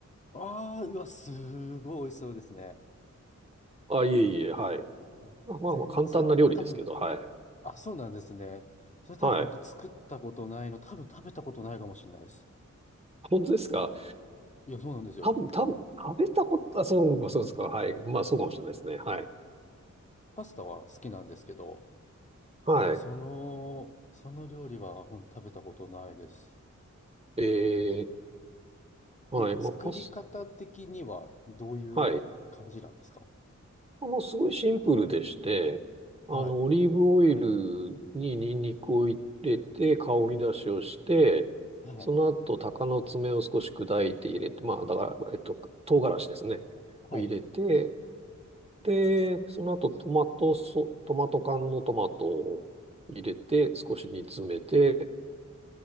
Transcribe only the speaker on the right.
あ、いえいえ、はい。
まあまあ簡単な料理ですけど、
はい。
はい。
本当ですか
多分、多分、食べたこと、あ、そう、そうですか。はい。まあ、そうかもしれないですね。はい。
はい。
えー、
はい。まあ、
パス、はい。まあの、すごいシンプルでして、あの、
オリーブオイルにニンニクを入れて、香り出しをして、
その後、鷹の爪を少し砕いて入れて、まあ、だから、えっと、唐辛子ですね。
を入れて、で、その後、トマトソ、トマト缶のトマトを入れて、少し煮詰めて、